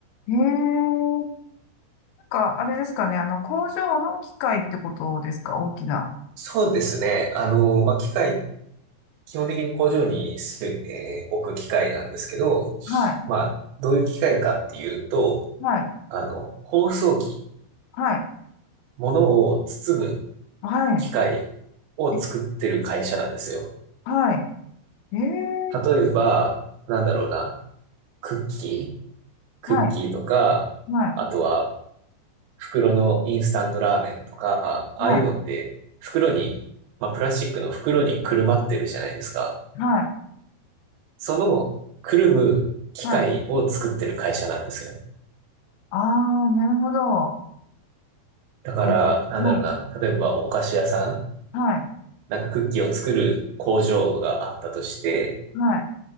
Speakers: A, on the left (about 85°); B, on the right (about 75°).
A: いへえー、なんか、あれですかね、あの、工場の機械ってことですか大きな。
B: そうですね。あの、まあ、機械、基本的に工場にす、えー置く機械なんですけど、
A: はい、
B: まあ、どういう機械かっていうと、
A: はい、
B: あの、包装機、
A: はい、
B: 物を包む
A: はい、
B: 機械を作ってる会社なんですよ。
A: えはい、えー、
B: 例えば、なんだろうな、クッキー、クッキーとか、
A: はい、はい、
B: あとは袋のインスタントラーメンとか、ああいうのって袋に、
A: はい、
B: まあ、プラスチックの袋にくるまってるじゃないですか。
A: はい、
B: そのくるむ機械を作ってる会社なんですよ。
A: はい。ああ、なるほど。
B: だから、
A: あ、
B: なんだろうな、
A: も
B: 例えばお菓子屋さん、
A: う、はい、
B: なんかクッキーを作る工場があったとして、
A: はい、